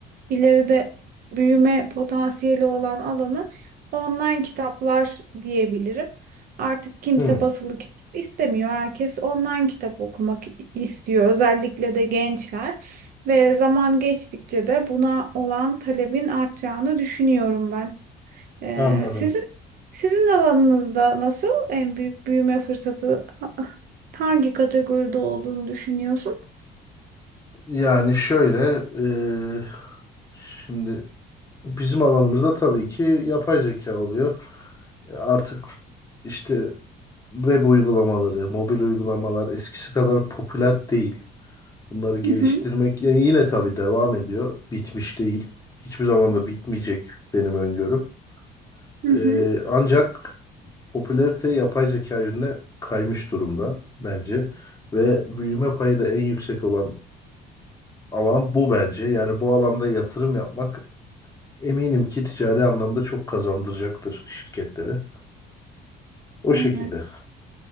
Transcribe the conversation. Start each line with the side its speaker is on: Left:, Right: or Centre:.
Right: ileride büyüme potansiyeli olan alanı online kitaplar diyebilirim. Artık kimse
Left: Hı,
Right: basılı kitap istemiyor. Herkes online kitap okumak istiyor. Özellikle de gençler. Ve zaman geçtikçe de buna olan talebin artacağını düşünüyorum ben. Ee,
Left: anladım.
Right: sizin sizin alanınızda nasıl en büyük büyüme fırsatı ha- hangi kategoride olduğunu düşünüyorsun?
Left: Yani şöyle ee, şimdi Bizim alanımızda tabii ki yapay zeka oluyor. E, Artık işte web uygulamaları, mobil uygulamalar eskisi kadar popüler değil. Bunları geliştirmek
Right: Hı hı,
Left: yani yine tabii devam ediyor. Bitmiş değil. Hiçbir zaman da bitmeyecek benim öngörüm.
Right: hı hı.
Left: E, ancak popülarite yapay zeka yönüne kaymış durumda bence. Ve büyüme payı da en yüksek olan alan bu bence. Yani bu alanda yatırım yapmak Eminim ki ticari anlamda çok kazandıracaktır şirketlere. O şekilde.
Right: Evet.